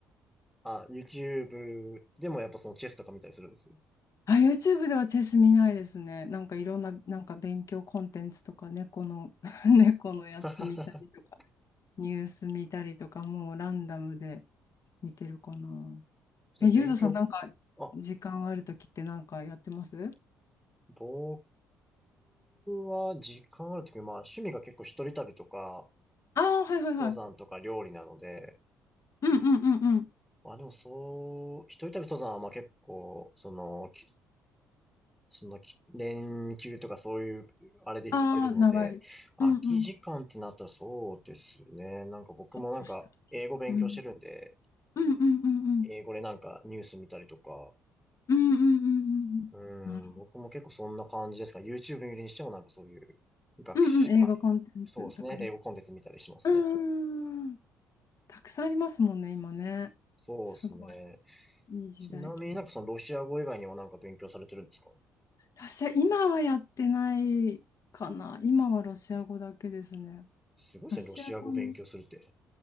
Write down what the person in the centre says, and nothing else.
あ、YouTube でもやっぱそのチェスとか見たりするんです。
<laughs>
その勉強、
あ、僕は時間あるとき、まあ趣味が結構一人旅とか、
登山とか料理なので、
まあでもそう、一人旅登山はまあ結構、その、きそのき連休とかそういう、あれで行ってるので、
空き時間ってなったらそうですね。
なんか僕もなんか英語勉強してるんで、
英語でなんかニュース見たりとか、
うん、
僕も結構そんな感じですか。YouTube 見るにしてもなんかそういう学習、
まあ、そうですね。英語コンテンツ見たりしますね。
そうですね。
ちなみになんかそのロシア語以外にもなんか勉強されてるんですか
すごいですね。
ロシア語勉強するって。